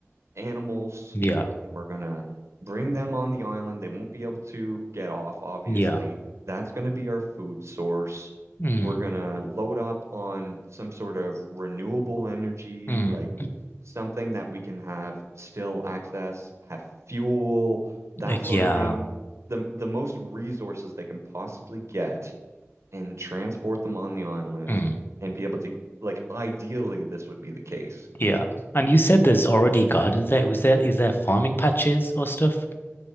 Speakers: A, on the right (about 65°); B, on the left (about 45°).
A: animals
B: Yeah.
A: and we're gonna bring them on the island. They won't be able to get off, obviously.
B: Yeah.
A: That's gonna be our food source.
B: Mm,
A: We're gonna load up on some sort of renewable energy,
B: mm,
A: like something that we can have still access, have fuel, that
B: Like,
A: sort
B: yeah.
A: of thing. The the most resources they can possibly get and transport them on the island
B: mm.
A: and be able to like ideally this would be the case
B: Yeah. And you said there's already gardens there. Was there, is there farming patches or stuff?